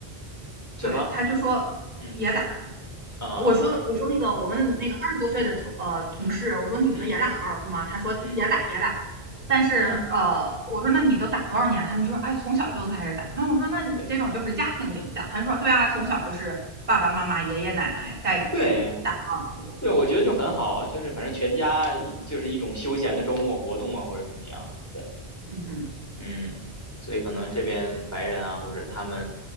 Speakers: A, on the left (about 15°); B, on the right (about 35°).
A: 什么，
B: 对，他就说也打。
A: 嗯啊
B: 我说我说那个我们那个二十多岁的同呃同事，我说你们也打高尔夫吗？
A: 嗯
B: 他说也打也打。
A: 嗯
B: 但是呃，
A: 嗯。嗯
B: 我说那你都打多少年？他们就说哎，从小就开始打。那我说那你这种就是家庭影响。
A: 对
B: 他说对啊，从小就是爸爸妈妈、爷爷奶奶带着去打高尔夫。
A: 对对，我觉得就很好，就是反正全家一就是一种休闲的周末活动啊，或者怎么样。对，
B: 嗯哼，
A: 嗯，所以可能这边白人啊，或者他们